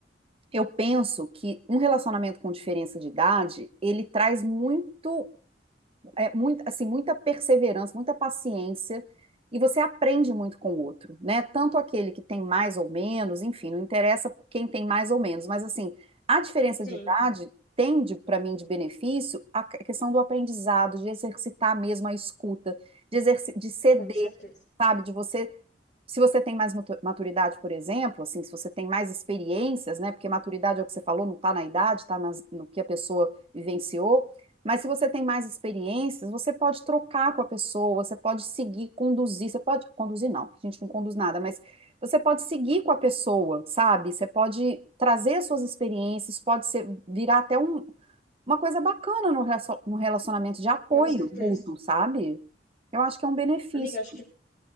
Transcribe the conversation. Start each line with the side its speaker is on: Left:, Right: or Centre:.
Right: Eu penso que um relacionamento com diferença de idade, ele traz muito é, muito, assim, muita perseverança, muita paciência, e você aprende muito com o outro, né? Tanto aquele que tem mais ou menos, enfim, não interessa quem tem mais ou menos, mas assim, a diferença
Left: Sim,
Right: de idade tem para mim de benefício a questão do aprendizado, de exercitar mesmo a escuta, de, exerci- de ceder,
Left: com certeza.
Right: sabe? De você se você tem mais maturidade, por exemplo, assim, se você tem mais experiências, né? Porque maturidade é o que você falou, não está na idade, está no que a pessoa vivenciou. Mas se você tem mais experiências, você pode trocar com a pessoa, você pode seguir, conduzir, você pode conduzir não, a gente não conduz nada, mas você pode seguir com a pessoa, sabe? Você pode trazer suas experiências, pode ser virar até um- uma coisa bacana no relacio- no relacionamento de apoio
Left: Com certeza.
Right: mútuo, sabe? Eu acho que é um benefício.
Left: Amiga, acho que